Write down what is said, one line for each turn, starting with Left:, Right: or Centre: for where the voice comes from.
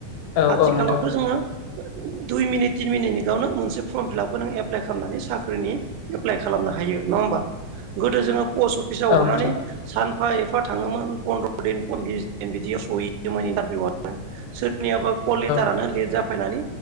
Left: औ
Right: आथिखालावथ
Left: औ नोंथां
Right: जोङो दुइ मिनिट तिन मिनिटनिगावनो मोनसे फर्म फिलापखौ नों एप्लाइ खालामनानै साख्रिनि एप्लाइ खालामनो हायो नङा गोदो जोङो पस्ट अफिसाव
Left: औ
Right: हरनानै
Left: नोंथां
Right: सानफा एफा थाङोमोन फन्द्र' दिन बिस दिन बिदियाव सोरनियाबा कल लेटारानो
Left: औ
Right: लेट जाफैनानै